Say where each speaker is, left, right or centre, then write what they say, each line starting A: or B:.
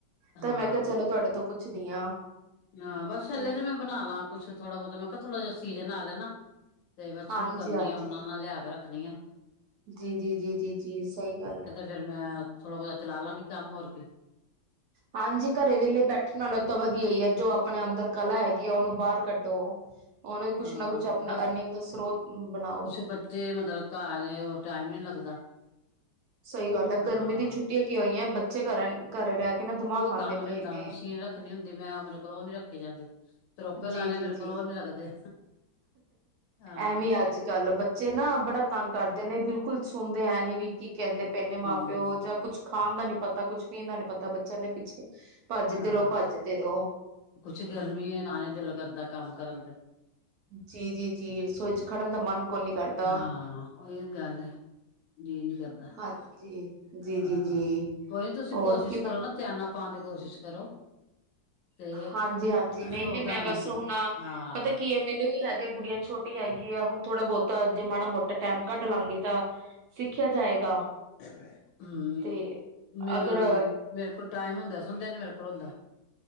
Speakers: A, on the left; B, on the right.
A: ਹਾਂ
B: ਤਾਂ ਮੈਂ ਕਿਹਾ ਚਲੋ ਤੁਹਾਡੇ ਤੋਂ ਪੁੱਛਦੀ ਹਾਂ।
A: ਹਾਂ ਬਸ ਛਲਾ
B: ਤੇ
A: ਤਾਂ ਮੈਂ ਬਣਾ ਲਾ ਕੁੱਛ, ਥੋੜਾ ਬਹੁਤਾ ਮੈਂ ਕਿਹਾ ਥੋੜਾ ਜਹਾ ਸੀਜਨ ਆ ਲੈ ਣਾ। ਤੇ ਬਸ
B: ਹਾਂਜੀ-ਹਾਂਜੀ
A: ਸ਼ੁਰੂ ਕਰਨੀ ਆ, ਉਣਾ ਉਣਾ ਲਿਆ ਕੇ ਰੱਖਣੀ ਆ।
B: ਜੀ ਜੀ ਜੀ ਜੀ ਜੀ, ਸਹੀ ਗੱਲ ਹੈ।
A: ਫੇਿਰ ਮੈਂ ਥੋੜਾ ਬਹੁਤਾ ਚਲਾ ਲਾਂਗੀ ਕੰਮ, ਹੋਰ ਕੇ।
B: ਹਾਂਜੀ ਘਰੇ ਵੇਲੇ ਬੈਠਣ ਨਾਲੋਂ ਤਾਂ ਵਧੀਆ ਹੀ ਹੈ, ਜੋ ਆਪਣੇ ਅੰਦਰ ਕਲਾ ਹੈਗੀ ਆ ਉਹਨੂੰ ਬਾਹਰ ਕੱਢੋ, ਉਹਨੂੰ ਕੁਛ
A: ਹਾਂ
B: ਨਾ ਕੁਛ ਆਪਣਾ
A: ਬਸ
B: ਅਰਨਿੰਗ ਦਾ ਸਰੋਤ ਬਣਾਓ।
A: ਕੁਛ ਬੱਚੇ ਮਤਲਬ ਘਰ, ਉਹ ਟਾਈਮ ਨੀ ਲੱਗਦਾ।
B: ਸਹੀ ਗੱਲ ਹੈ
A: ਹਾਂ
B: ਗਰਮੀ ਦੀ ਛੁੱਟੀਆਂ ਕੀ ਹੋਈਆਂ, ਬੱਚੇ ਘਰ ਘਰੇ ਰਹਿ ਕੇ ਨਾ
A: ਕੋਈ
B: ਖਾਂਦੇ
A: ਕੰਮ ਨੀ
B: ਪਏ
A: ਹੁੰਦਾ,
B: ਨੇ
A: ਮਸ਼ੀਨ ਰੱਖਣੀ ਹੁੰਦੀ ਮੈਂ, ਉਹ ਮੇਰੇ ਕੋਲ ਉਹ ਨੀ ਰੱਖੇ ਜਾਂਦੀ। ਤੋਪੇ
B: ਜੀ-ਜੀ-ਜੀ
A: ਲਾਣੇ, ਮੇਰੇ ਕੋਲ ਉਹ ਨੀ ਲੱਗਦੇ। ਹਾਂ
B: ਐਵੇਂ ਅੱਜ ਕੱਲ ਬ ਬੱਚੇ ਨਾ ਬੜਾ ਤੰਗ ਕਰਦੇ ਨੇ, ਬਿਲਕੁਲ ਸੁਣਦੇ ਐਂ ਨੀ ਵੀ ਕੀ ਕਹਿੰਦੇ ਪਏ ਨੇ
A: ਹਮ
B: ਮਾਂ ਪਿਓ ਜਾਂ ਕੁਛ ਖਾਣ ਦਾ ਨੀ ਪਤਾ, ਕੁੱਛ ਪੀਣ ਦਾ ਨੀ ਪਤਾ, ਬੱਚਿਆਂ ਦੇ ਪਿੱਛੇ ਭੱਜਦੇ
A: ਹਾਂ
B: ਰਹੋ, ਭੱਜਦੇ ਰਹੋ।
A: ਕੁਛ ਗਰਮੀ ਏ ਨਾ ਏ ਦਿਲ ਕਰਦੈ ਕੰਮ ਕਰਨ ਤੇ
B: ਜੀ ਜੀ ਜੀ ਰਸੋਈ ਚ ਖੜਨ ਦਾ ਮਨ ਕੋਈ ਨੀ ਕਰਦਾ
A: ਹਾਂ ਓਹੀਓ ਗੱਲ ਏ ਜੀ ਨੀ ਕਰਦਾ ਹਾਂ
B: ਹਾਂਜੀ ਜੀ ਜੀ ਜੀ
A: ਕੋਈ ਨੀ ਤੁਸੀਂ
B: ਹੋਰ
A: ਕੋਸ਼ਿਸ਼
B: ਕੀ
A: ਕਰੋ
B: ਬਣ
A: ਨਾ। <unintelligible> ਪਾਣ ਦੀ ਕੋਸ਼ਿਸ਼ ਕਰੋ। ਤੇ
B: ਹਾਂਜੀ ਹਾਂਜੀ ਨਹੀਂ
A: ਹੋ
B: ਨਹੀਂ
A: ਤੁਹਾਨੂੰ
B: ਮੈਂ ਬਸ ਹੁਣ
A: ਹਾਂ
B: ਪਤਾ ਕੀ ਏ ਮੈਨੂੰ ਵੀ ਹੈਗਾ ਗੁੜੀਆਂ ਛੋਟੀ ਹੈਗੀ ਏ ਹੁਣ ਥੋੜਾ ਬਹੁਤਾ ਜੇ ਮਾੜਾ ਮੋਟਾ ਟੈਮ ਕੱਢ ਲਾਂਗੀ ਤਾਂ ਸਿੱਖਿਆ ਜਾਏਗਾ।
A: ਹਮ
B: ਤੇ
A: ਮੈਨੂੰ
B: ਅਗਰ
A: ਮਤਲਬ ਮੇਰੇ ਕੋਲ ਟਾਈਮ ਹੁੰਦਿਆਂ ਸੁਣਦਿਆਂ ਨੀ ਮੇਰੇ ਕੋਲ ਹੁੰਦਾ।